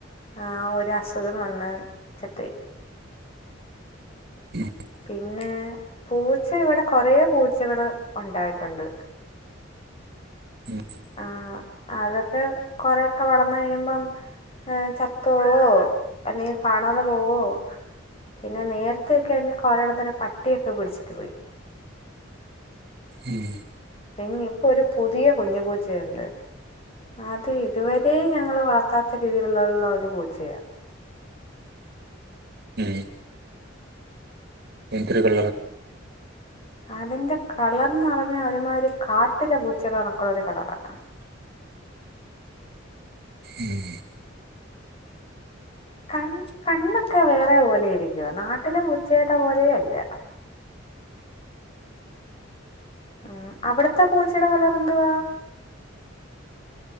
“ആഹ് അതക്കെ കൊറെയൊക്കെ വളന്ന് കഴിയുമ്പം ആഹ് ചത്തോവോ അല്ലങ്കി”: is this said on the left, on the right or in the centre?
Left